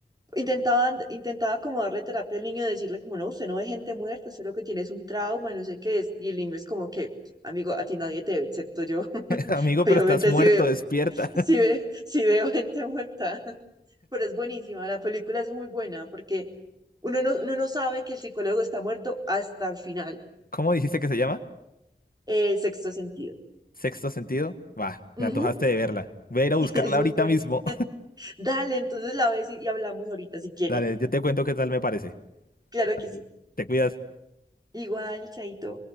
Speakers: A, on the right (about 25°); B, on the left (about 55°).
A: Intentaba, intentaba como darle terapia al niño, decirle como, no, usted no ve gente muerta, usted lo que tiene es un trauma, no sé qué es. Y el niño es como que, amigo, a ti nadie te ve, excepto yo. <laughs>
B: <laughs> Amigo,
A: Obviamente
B: pero estás muerto,
A: sí veo,
B: despierta.
A: sí ve, sí veo gente muerta, <laughs> pero es buenísima, la película es muy buena porque uno no, uno no sabe que el psicólogo está muerto hasta el final,
B: <laughs> ¿Cómo dijiste que se llama?
A: el sexto sentido.
B: ¿Sexto sentido? Va,
A: Ujú.
B: me antojaste de verla. Voy a ir a buscarla
A: <laughs> Es
B: ahorita
A: muy bueno.
B: mismo.
A: Dale, entonces la ves y, y hablamos ahorita
B: <laughs>
A: si quieres.
B: Dale, yo te cuento qué tal me parece.
A: Claro
B: Dale,
A: que sí.
B: Te cuidas.
A: Igual, chaito.